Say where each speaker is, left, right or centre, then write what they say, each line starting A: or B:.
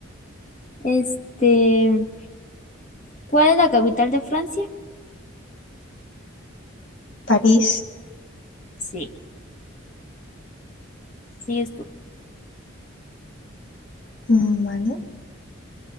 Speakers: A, on the left (about 40°); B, on the left (about 60°).
A: Este, ¿Cuál es la capital de Francia?
B: París,
A: Sí, sigues tú.
B: mm, ¿vale?